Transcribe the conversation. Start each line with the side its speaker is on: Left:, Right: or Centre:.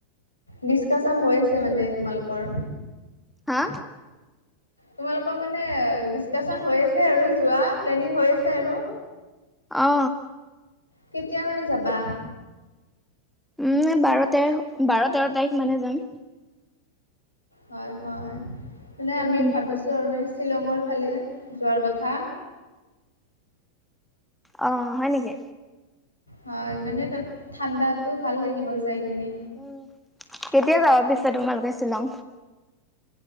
Left: ডিচকাচন হৈ আছে মানে তোমালোকৰ?
Centre: হা?
Left: তোমালোকৰ মানে ডিচকাচন হৈ আছে আৰু যোৱা প্লেনিং হৈ আছে আৰু?
Centre: অ।
Left: কেতিয়া মানে যাবা?
Centre: উম, বাৰ, তেৰ, বাৰ, তেৰ তাৰিখ মানে যাম।
Left: হয়, হয়। মানে আমিও
Centre: উম
Left: ভাবিছো আৰু মানে শ্বিলঙৰ ফালে যোৱাৰ কথা।
Centre: অ, হয় নেকি?
Left: হয়, মানে তাত ঠাণ্ডাতো ভাল লাগিব যাই। কিনে
Centre: উ, কেতিয়া যাবা পিছে তোমালোকে শ্বিলং?